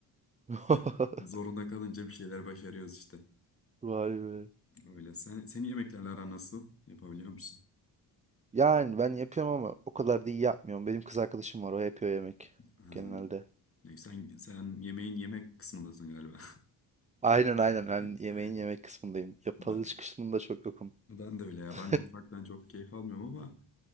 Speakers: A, on the right; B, on the left.
A: <laughs>
B: Yani zorunda kalınca bir şeyler başarıyoruz işte.
A: Vay be.
B: Öyle. Sen, senin yemeklerle aran nasıl? Yapabiliyor musun?
A: Yani ben yapıyorum ama o kadar da iyi yapmıyorum. Benim kız arkadaşım var, o yapıyor yemek
B: Ha.
A: genelde.
B: ne- Sen, sen yemeğin yemek kısmındasın galiba.
A: Aynen aynen ben
B: <laughs>
A: yemeğin yemek kısmındayım. Yapılış
B: Ben,
A: kısmında çok yokum.
B: ben de öyle ya.
A: <laughs>
B: Ben mutfaktan çok keyif almıyorum ama